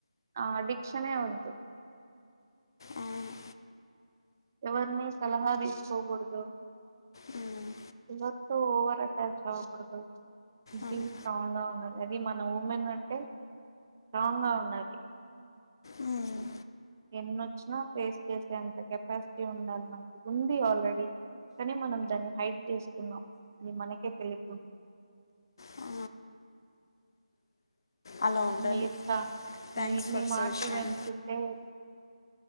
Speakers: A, on the right; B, on the left.
A: ఆ అది క్షణే ఒద్దు
B: అవును.
A: ఎవరిని సలహా తీసుకోకూడదు
B: మ్మ్,
A: ఎవరితో ఓవర్ అటాచ్ అవ్వకూడదు
B: అవును.
A: బి స్ట్రాంగ్ గా ఉన్నది అది మన ఉమెన్ అంటే స్ట్రాంగ్ గా ఉండాలి.
B: మ్మ్.
A: ఎన్నొచ్చినా ఫేస్ చేసేంత కపాసిటీ ఉండాలి మనకి ఉంది ఆల్రెడీ కానీ మనం దాన్ని హైప్ చేసుకున్నాం అని మనకే తెలియ
B: ఆ, అలా ఉండాలి
A: మీరు
B: థ్యాంక్స్
A: మీరు
B: ఫర్
A: మీ మాటలు
B: సజెషన్
A: వింటుంటే